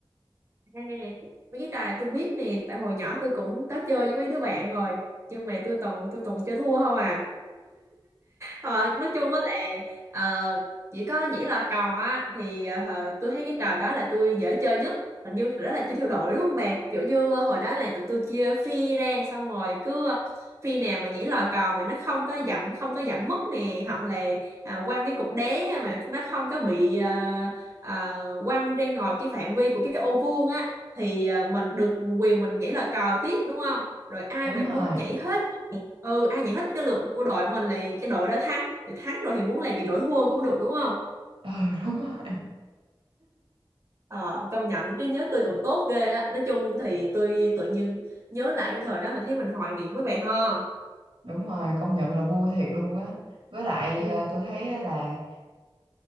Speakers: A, on the right; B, on the right.
A: À, mấy cái trò này tôi biết nè tại hồi nhỏ tôi cũng có chơi với mấy đứa bạn rồi nhưng mà tôi toàn tôi toàn chơi thua không à Ờ, nói chung á là ờ, chỉ có nhảy lò cò á thì ờ, tôi thấy cái trò đó là tôi dễ chơi nhất hình như đó là chơi theo đội đúng không bạn kiểu như ờ, hồi đó là tụi tôi chia phi ra xong rồi cứ ờ, phi nào mà nhảy lò cò mà nó không có dặm không có dặm mất nè hoặc là ờ, quăng cái cục đá mà nó không có bị ờ, ờ, quăng ra ngoài cái phạm vi của cái ô vuông á thì ờ, mình được quyền mình nhảy lò cò tiếp đúng không rồi ai
B: đúng
A: mà
B: rồi
A: cứ nhảy hết ừ ai giải thích cái luật của đội mình là cái đội đó thắng thì thắng rồi thì muốn làm gì đội thua cũng được đúng không
B: <laughs> ừ đúng rồi
A: ờ công nhận trí nhớ tôi còn tốt ghê á nói chung thì tôi tự nhiên nhớ lại cái thời đó mình thấy mình hoài niệm với bà ho
B: đúng rồi công nhận là vui thiệt luôn á với lại
A: ừ,
B: ờ, tôi thấy á là